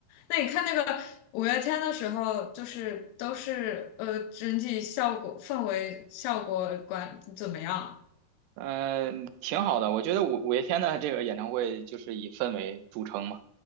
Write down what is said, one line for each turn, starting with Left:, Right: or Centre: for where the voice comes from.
Left: 那你看那个五月天的时候，就是都是呃，整体效果、氛围、效果管怎么样啊？
Right: 嗯，挺好的，我觉得五五月天的这个演唱会就是以氛围著称嘛。